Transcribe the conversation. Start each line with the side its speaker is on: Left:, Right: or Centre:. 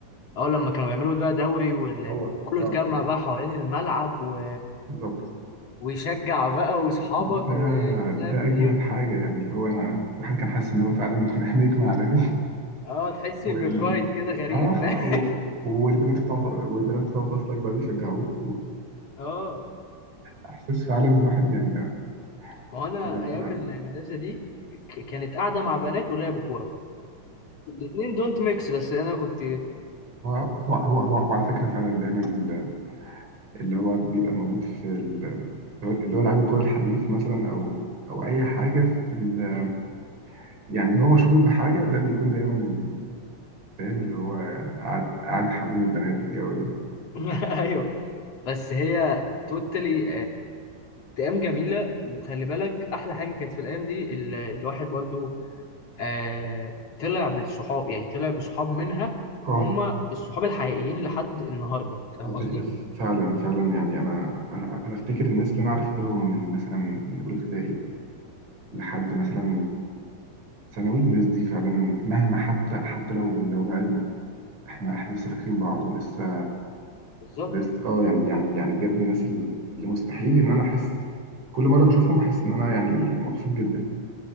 Left: اه لما كانوا بيعملوا بقى دوري وكله
Right: هو اه
Left: اتجمع بقى حوالين الملعب و...
Right: بالظبط
Left: ويشجع بقى واصحابك
Right: ده
Left: ومش
Right: ده
Left: عارف
Right: أجمد
Left: ايه
Right: حاجة يعني اللي هو أنا الواحد كان حاسس إن هو فعلا <laughs> نجم عالمي
Left: اه تحس
Right: وال
Left: ببرايد كده غريب
Right: آه آه،
Left: <laughs>
Right: و... والبنات بتوع والبنات بتوع فصلك بقى بيشجعوك
Left: اه
Right: احساس فعلا الواحد يعني ده
Left: ما هو انا
Right: لما
Left: ايام المدرسه دي ك- كانت قاعده مع بنات ولعب كوره الاثنين دونت ميكس بس انا كنت
Right: هو هو هو هو, هو على فكره فعلا دايما ال- اللي هو بيبقى موجود في ال- اللي هو لعيب الكوره الحريف مثلا او او اي حاجه في ال-
Left: مم.
Right: يعني اللي هو مشهور بحاجه ده بيكون دايما ال- فاهم اللي هو قاعد قاعد حوالين البنات والجو ده
Left: <laughs> ايوه بس هي توتالي ايام جميله وخلي بالك احلى حاجه كانت في الايام دي ال- الواحد برضو آه طلع بالصحاب يعني طلع بصحاب منها
Right: اه
Left: هم الصحاب الحقيقيين لحد النهارده فاهم
Right: على فكره
Left: قصدي
Right: فعلا فعلا يعني انا انا انا افتكر الناس اللي انا عرفتهم من مثلا من اولى ابتدائي لحد مثلا ثانوي الناس دي فعلا مهما حتى حتى لو لو بعدنا احنا احنا لسه فاكرين بعض ولسه
Left: بالظبط
Right: ولسه اه يعني يعني يعني بجد الناس ال- اللي مستحيل ان انا احس كل مره بشوفهم بحس ان انا يعني مبسوط جدا